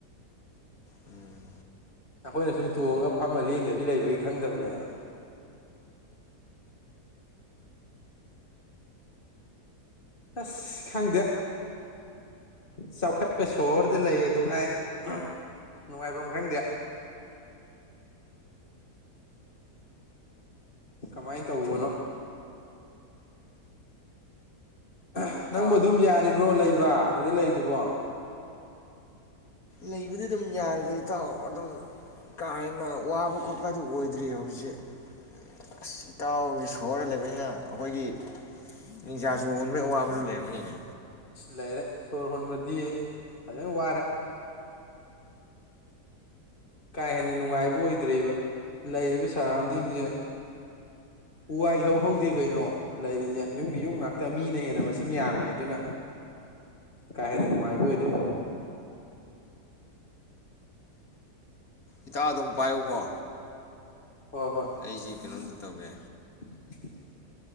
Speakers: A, on the left; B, on the left.
A: ꯎꯨꯝ
B: ꯑꯈꯣꯏꯅ ꯁꯨꯝ ꯇꯣꯡꯉꯒ ꯐꯝꯃ ꯂꯦꯡꯗꯕꯤ ꯂꯩꯕꯒꯤ ꯈꯪꯗꯕꯅꯦꯕ ꯑꯁ ꯈꯪꯗꯦ ꯆꯥꯎꯈꯠꯄ ꯁꯣꯍꯣꯔꯗ ꯂꯩ ꯑꯗꯨ ꯉꯥꯏ ꯑꯍ ꯅꯨꯡꯉꯥꯏꯐꯝ ꯈꯪꯗꯦ ꯀꯃꯥꯏ ꯇꯧꯕꯅꯣ ꯑꯍꯥ
A: ꯏꯇꯥꯎ
B: ꯅꯪꯕꯨ ꯑꯗꯨꯝ
A: ꯍꯣꯏ
B: ꯌꯥꯔꯤꯕ꯭ꯔꯣ
A: ꯈꯣꯟ
B: ꯂꯩꯕ ꯑꯗꯨꯗ ꯂꯩ ꯑꯗꯨꯕꯣ
A: ꯂꯩꯕꯗꯤ ꯑꯗꯨꯝ ꯌꯥꯔꯦꯗ ꯏꯇꯥꯎ ꯑꯗꯨꯝ ꯀꯥ ꯍꯦꯟꯅ ꯋꯥꯕ ꯈꯣꯠꯄ ꯑꯗꯨ ꯑꯣꯏꯗ꯭ꯔꯤ ꯍꯧꯖꯤꯛ ꯑꯁ ꯏꯇꯥꯎ ꯁꯣꯔ ꯂꯩꯕ ꯑꯩꯈꯣꯏꯒꯤ ꯅꯤꯡꯁꯥ ꯁꯣꯔ ꯍꯣꯟꯕꯒꯤ ꯑꯋꯥꯕꯁꯨ ꯂꯩꯔꯝꯒꯅꯤꯅꯦ
B: ꯂꯩꯔꯦ ꯁꯣꯔ ꯍꯣꯟꯕꯗꯤ ꯐꯖꯅ ꯋꯥꯔꯦ ꯀꯥ ꯍꯦꯟꯅ ꯅꯨꯡꯉꯥꯏꯕ ꯑꯣꯏꯗ꯭ꯔꯦꯕ ꯂꯩꯔꯤꯕ ꯁꯔꯥꯎꯟꯗꯤꯡꯁꯦ ꯎ ꯋꯥ ꯏꯍꯧ ꯍꯧꯗꯦ
A: ꯎꯝ
B: ꯀꯩꯅꯣ ꯂꯩꯔꯤꯁꯦ ꯌꯨꯝꯒꯤ ꯌꯨꯝ ꯉꯥꯛꯇ ꯃꯤꯅ ꯍꯦꯟꯅ ꯃꯁꯤꯡ ꯌꯥꯝꯃꯦ ꯑꯗꯨꯅ ꯀꯥ ꯍꯦꯟꯅ ꯅꯨꯡꯉꯥꯏꯕ ꯑꯣꯏꯗ꯭ꯔꯦ
A: ꯏꯇꯥꯎ ꯑꯗꯨꯝ ꯄꯥꯏꯌꯨꯀꯣ
B: ꯍꯣꯏ ꯍꯣꯏ
A: ꯑꯩꯖꯦ ꯀꯩꯅꯣꯝꯇꯥ ꯇꯧꯒꯦ
B: <inaudible>